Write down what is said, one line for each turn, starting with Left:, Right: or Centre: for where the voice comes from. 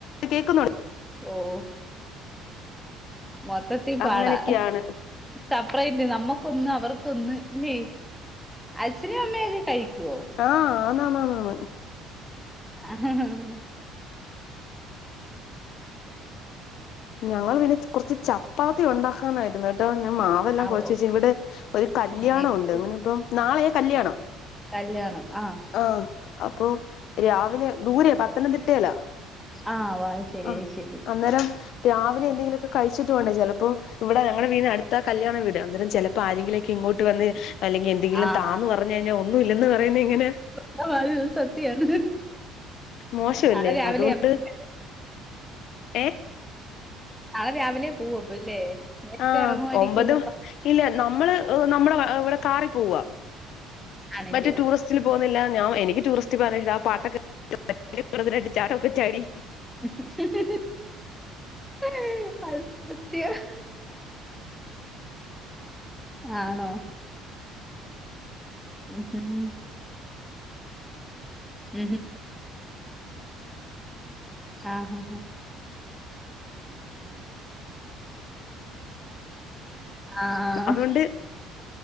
Left: കേക്കുന്നുണ്ട്
Centre: ഓഹ്‌ മൊത്തത്തി പാടാ
Left: അങ്ങനെയൊക്കെയാണ്
Centre: സെപ്പറേറ്റ് നമ്മക്കൊന്ന് അവർക്കൊന്ന് ഇല്ലേ അച്ഛനും അമ്മയൊക്കെ കഴിക്കൊ?
Left: ആഹ് ആന്നാ ന്നാ ന്നാ ന്ന്
Centre: ആഹ്‌ ഹ്‌ ഹ്‌ ഹ്‌
Left: ഞങ്ങള് പിന്നെ കൊറച്ച് ചപ്പാത്തി ഉണ്ടാക്കാനായിരുന്ന് കേ ട്ടോ ഞാൻ മാവെല്ലാം
Centre: ആ
Left: കൊഴച്ച്
Centre: ഓ
Left: വെച്ച് ഇവിടെ ഒരു കല്യാണം
Centre: നൈസ്.
Left: ഉണ്ട് അങ്ങനെ ഇപ്പം നാളെയാ കല്യാണം
Centre: കല്ല്യാണം ആഹ്‌
Left: ആഹ്‌ അപ്പൊ രാവിലെ ദൂരെ പത്തനംതിട്ടേലാ
Centre: ആഹ് വാഴശ്ശേരി
Left: ആഹ്‌
Centre: അയ്ശേരി
Left: അന്നേരം രാവിലെ എന്തെങ്കിലൊക്കെ കഴിച്ചിട്ട് വേണ്ടേ ചെലപ്പോ ഇവിടെ ഞങ്ങടെ വീടിനടുത്ത കല്യാണം വീട് അന്നേരം ചെലപ്പോ ആരെ ങ്കിലൊക്കെ ഇങ്ങോട്ട് വന്ന് അല്ലെങ്കി എന്തെങ്കിലും
Centre: ആഹ്
Left: താന്ന് പറഞ്ഞു കഴിഞ്ഞാ ഒന്നും ഇല്ലെന്ന് പറയുന്നെ എങ്ങനെ?
Centre: നിങ്ങൾ പറയുന്ന സത്യയാണ്
Left: മോശമല്ലേ
Centre: നാളെ രാവിലെ
Left: അതുകൊണ്ട്
Centre: <unintelligible>
Left: ഏഹ്
Centre: നാളെ രാവിലെ പോവും അപ്പല്ലേ നേരത്തെ
Left: ആഹ്‌
Centre: എറങ്ങുമായിരിക്കല്ലോ
Left: ഒമ്പത് ഇല്ല നമ്മള് നമ്മുടെ വ ഇവിടെ കാറി പോവാ
Centre: ആണല്ലയോ
Left: മറ്റെ ടൂറിസ് റ്റ്ല് പോവുന്നില്ല ഞാൻ എനിക്ക് ടൂറിസ്റ്റ് <unintelligible> ആ പാട്ടൊക്കെ കേട്ട് ഒന്ന് രണ്ട് ചാട്ടൊക്കെ ചാടി
Centre: <unintelligible> ആണോ ഉം ഉം ഉം ഉം ഉം ആഹ് ആഹ്
Left: <inaudible> അതുകൊണ്ട്